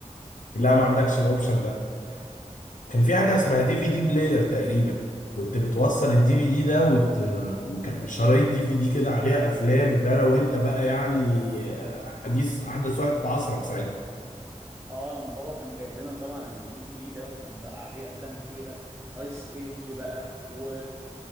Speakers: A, on the left (about 80°); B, on the right (about 20°).
A: لا ما عندكش الاوبشن ده كان في حاجه اسمها دي في دي بلاير تقريبا كنت بتوصل الدي في دي ده وت... وكان شرايط دي في دي كده عليها افلام ده لو انت بقى يعني حديث احدث واحد في عصرك ساعتها
B: اه انا بابا كان جايب لنا طبعا الدي في دي ده وكان بقى عليه افلام كتيره ايس ايج بقى و